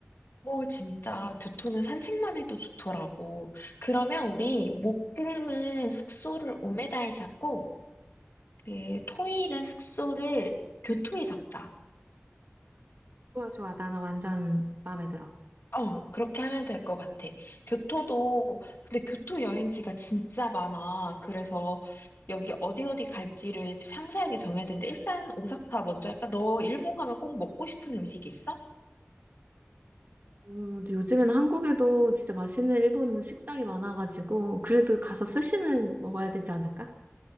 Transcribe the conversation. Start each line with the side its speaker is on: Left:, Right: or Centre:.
Left: 오, 진짜 교토는 산책만 해도 좋더라고. 그러면 우리 목금은 숙소를 우메다에 잡고, 그 토일은 숙소를 교토에 잡자.
Right: 좋아, 좋아. 나는 완전 마음에 들어.
Left: 어, 그렇게 하면 될 것 같아. 교토도, 근데 교토 여행지가 진짜 많아. 그래서 여기 어디 어디 갈지를 상세하게 정해야 되는데, 일단 오사카 먼저 할까? 너 일본 가면 꼭 먹고 싶은 음식 있어?
Right: 어, 근데 요즘에는 한국에도 진짜 맛있는 일본 식당이 많아가지고, 그래도 가서 스시는 먹어야 되지 않을까?